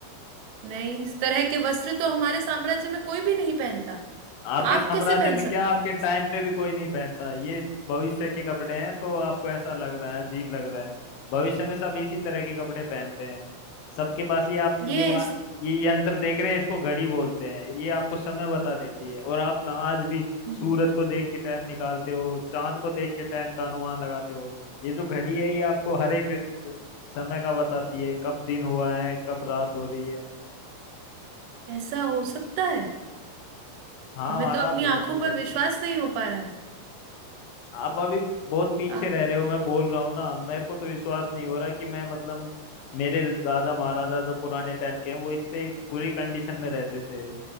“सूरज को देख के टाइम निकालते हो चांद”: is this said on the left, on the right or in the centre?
Left